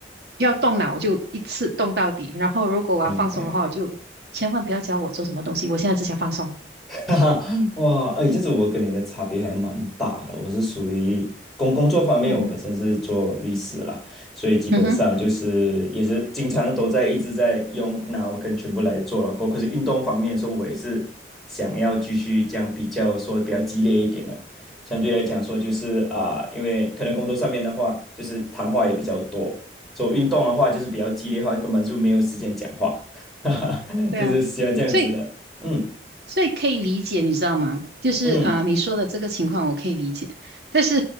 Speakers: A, on the right; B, in the centre.
A: 要动脑，我就一次动到底。然后如果我要放松的话，
B: 明白。
A: 我就千万不要教我做什么东西，我现在只想放松。
B: <laughs> 哈哈，哇，哎，这是我跟你的差别还蛮大的。我是属于工工作方面，
A: 嗯哼，
B: 我本身是做律师啦，所以基本上就是也是经常都在一直在用脑跟全部来做了。
A: 嗯哼，
B: 过可是运动方面说，我也是想要继续这样比较说比较激烈一点的。相对来讲说，就是啊、因为可能工作上面的话，就是谈话也比较多，所以运动的话就是比较激烈的话，根本就没有时间讲话，<laughs> 哈哈，
A: 对啊，
B: 就是喜欢这样子的。
A: 所以。
B: 嗯
A: 所以可以理解，你知道吗？就是啊、
B: 嗯。
A: 呃你说的这个情况我可以理解，但是，